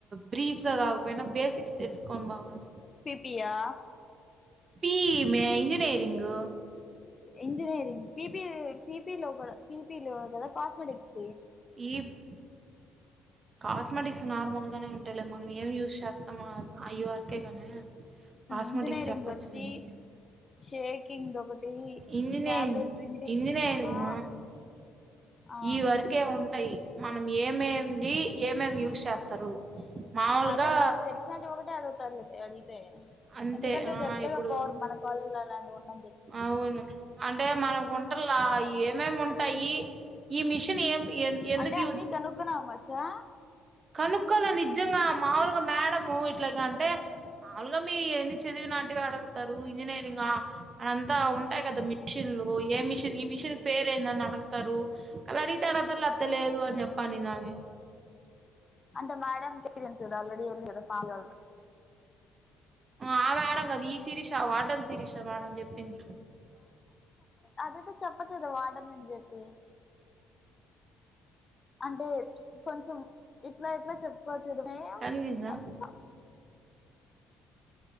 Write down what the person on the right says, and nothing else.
బ్రీఫ్ గా కాకపోయినా బేసిక్స్ తెలుసుకొని పోవాలి
పి ఈ ఈ ఇంజినీరింగ్
ఈప్ కాస్మెటిక్స్ నార్మల్ గానే ఉంటాయి అట్టేలా మనం ఏం యూజ్ చేస్తాం అయ్య వర్కే గానే కాస్మెటిక్స్
చెప్పచ్చు
కాని
ఇంజనీరింగ్
ఇంజనీరింగ్
ఈ వరకే ఉంటాయి మనం ఏమేమిడి ఏమేమి యూజ్ చేస్తారు మాములుగా
అంతే
ఆ
ఇప్పుడు
అవును అంటే మన కుంటన్ల ఏ మేం ఉంటాయి ఈ ఈ మిషన్ ఏం ఎన్- ఎందుకు
కనుక్కలో నిజంగా మాముూలుగా మేడము ఇట్లాగ యిగ అంటే మాములుగా మీ ఎన్ని చదివి నాటిగ అడగుతారు ఇంజనీరింగా అంతా ఉంటాయి కదా మిషన్లు ఏ మిషన్ ఈ మిషిన్ పేరు ఏందని అడ తారు అలా అడిగితే అడగతారు ల్యాతే లేదు అని చెప్పు అనింది ఆమె
ఆ మేడం కద్ ఈ సిరీష ఆ వాడన్ సిరీషా మేడంని చెప్పింది
కనిపిందా